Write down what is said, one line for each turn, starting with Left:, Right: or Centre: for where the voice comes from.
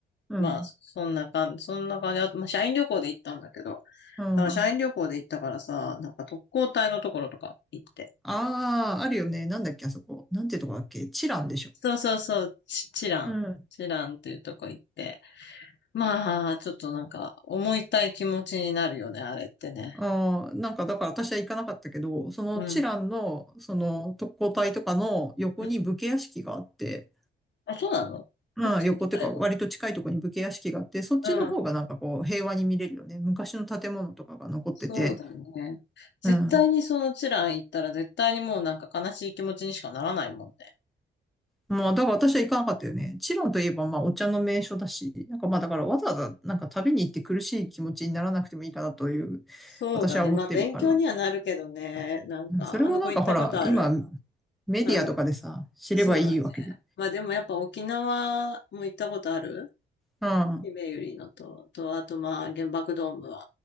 Centre: うん。
Left: まあ、そんな感じ、そんな感じ。あと、まあ、社員旅行で行ったんだけど、だ
Centre: うん。
Left: から社員旅行で行ったからさ、なんか特攻隊のところとか行って。
Centre: ああ、あるよね。なんだっけ、あそこ。なんていうとこだっけ。チランでしょ。
Left: そうそうそう、チチラン。
Centre: うん。
Left: チランっていうとこ行って。まあ、ちょっとなんか、思いたい気持ちになるよね、あれってね。
Centre: ああ、なんかだから私は行かなかったけど、そのチランの、
Left: うん。
Centre: その特攻隊とかの横に武家屋敷があって、
Left: うん。あ、そうなのそっち行きたいわ。
Centre: まあ、横っていうか、割と近いところに武家屋敷があって、そっちの方がなんかこう、
Left: うん。
Centre: 平和に見れるよね。昔の建物とかが残ってて。
Left: そうだね。絶対にそのチラン行ったら絶対にもうなんか悲しい気持ちにしかならないもんね。
Centre: うん。まあ、だから私は行かなかったよね。チロンといえば、まあ、お茶の名所だし、なんかまあ、だからわざわざ、なんか旅に行って苦しい気持ちにならなくてもいいかなという、
Left: そうだね。
Centre: 私は思ってるから。
Left: まあ、勉強にはなるけどね。なんか、
Centre: うんそれはなんかほら、
Left: あの子行ったことある。
Centre: 今、メディアとかでさ、
Left: あの、
Centre: 知ればいいわけで。
Left: そうだね。まあ、でもやっぱ沖縄も行ったことある
Centre: うん。うん。
Left: ひめゆりのと、と、あとまあ、原爆ドームは。